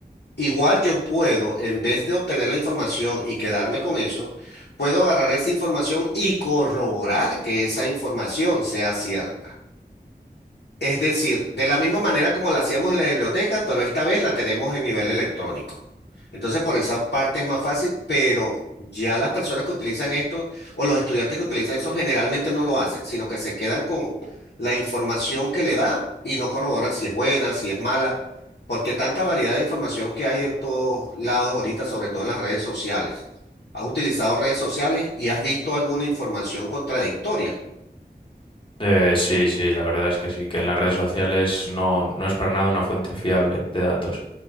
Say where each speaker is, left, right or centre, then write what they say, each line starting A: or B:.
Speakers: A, on the left (about 85°); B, on the left (about 30°).
A: Igual yo puedo, en vez de obtener la información y quedarme con eso, puedo agarrar esa información y corroborar que esa información sea cierta. Es decir, de la misma manera como la hacíamos en la biblioteca, pero esta vez la tenemos en nivel electrónico. Entonces, por esa parte es más fácil, pero ya las personas que utilizan esto o los estudiantes que utilizan eso generalmente no lo hacen, sino que se quedan con la información que le da y no corroboran si es buena, si es mala, porque tanta variedad de información que hay en todos lados ahorita, sobre todo en las redes sociales. ¿Has utilizado redes sociales y has visto alguna información contradictoria?
B: Eh, sí, sí, la verdad es que sí, que en las redes sociales no, no es para nada una fuente fiable de datos,